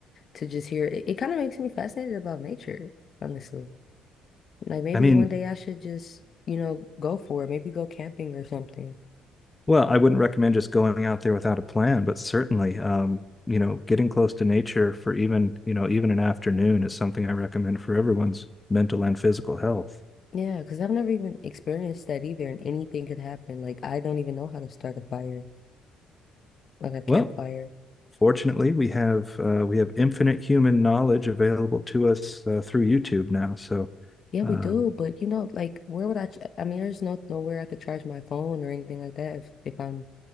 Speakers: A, on the left; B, on the left.
A: to just hear it, it kind of makes me fascinated about nature, honestly. Like maybe
B: I mean,
A: one day I should just, you know, go for it, maybe go camping or something.
B: well, I wouldn't recommend just going out there without a plan, but certainly, um, you know, getting close to nature for even, you know, even an afternoon is something I recommend for everyone's mental and physical health.
A: Yeah, because I've never even experienced that either, and anything could happen. Like I don't even know how to start a fire, like a campfire.
B: Well, fortunately, we have uh, we have infinite human knowledge available to us uh, through YouTube now. So,
A: Yeah,
B: um,
A: we do, but you know, like where would I ch I mean, there's no nowhere I could charge my phone or anything like that if if I'm,